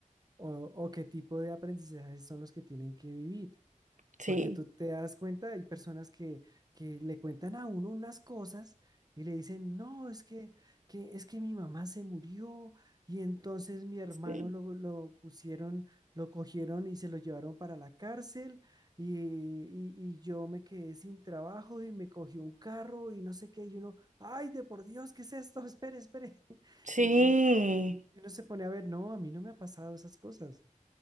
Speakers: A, on the right; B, on the right.
A: o, o qué tipo de aprendizajes son los que tienen que vivir.
B: Sí.
A: Porque tú te das cuenta, hay personas que, que le cuentan a uno unas cosas y le dicen, no, es que, que, es que mi mamá se murió y entonces mi hermano
B: Sí.
A: lo, lo pusieron, lo cogieron y se lo llevaron para la cárcel y, y, y yo me quedé sin trabajo y me cogió un carro y no sé qué. Y uno, ay, de por Dios, ¿qué es esto? Espere, espere. <laughs>
B: Sí,
A: Y, y y uno se pone a ver, no, a mí no me ha pasado esas cosas.